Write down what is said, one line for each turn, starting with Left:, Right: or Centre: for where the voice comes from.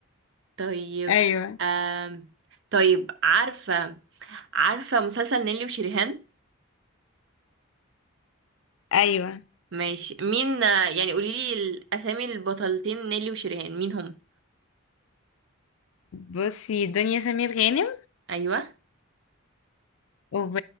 Right: طيب
Left: ايوه
Right: آم... طيب عارفة عارفة مسلسل نيلي وشريهان
Left: ايوه
Right: ماشي مين آه، يعني قوليلي الاسامي البطلتين نيلي وشريهان مين هم
Left: بصي دنيا سمير غانم
Right: ايوه
Left: وب...